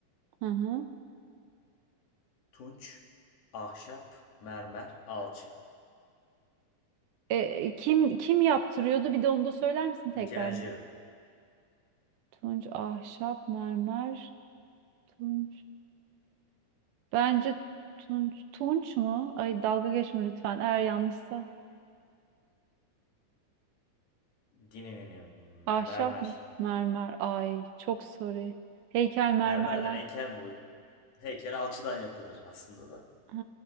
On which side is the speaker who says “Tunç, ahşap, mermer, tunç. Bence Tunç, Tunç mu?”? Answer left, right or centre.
Right